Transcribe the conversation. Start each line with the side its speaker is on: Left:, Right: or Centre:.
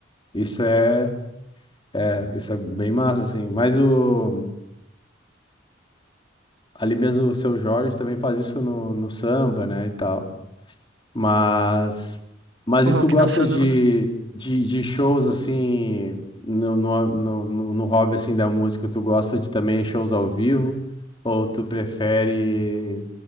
Left: isso é... É, isso é bem massa, assim. Mas o... Ali mesmo o Seu Jorge também faz isso no, no samba, né, e tal. Mas, mas
Right: O
Left: e
Right: rock
Left: tu gosta
Right: nacional,
Left: de,
Right: né?
Left: de, de shows assim, no, no, no, no no hobby assim da música, tu gosta de também shows ao vivo? Ou tu prefere